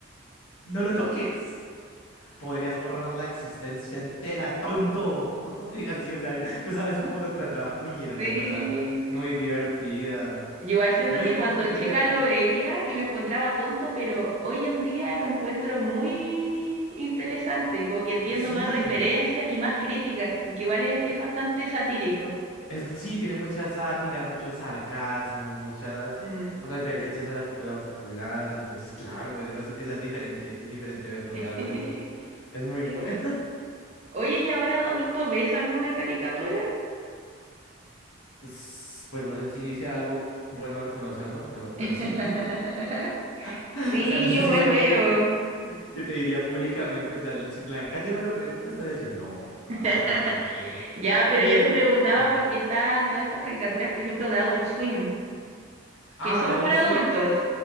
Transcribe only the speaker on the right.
Sí.
Yo igual siento
que cuando
chica
lo
veía y lo encontraba tonto, pero hoy en día lo encuentro muy interesante, como que entiendo
más referencias y más críticas, porque igual es, es bastante satírico.
Mm.
<laughs>
Es bueno. Oye, ¿y ahora de adulto ves alguna caricatura?
<laughs>
Sí,
yo igual
veo.
<laughs>
Ya, pero
yo te preguntaba
por qué están todas estas caricaturas, por ejemplo, de Adult Swim,
que son
para
adultos.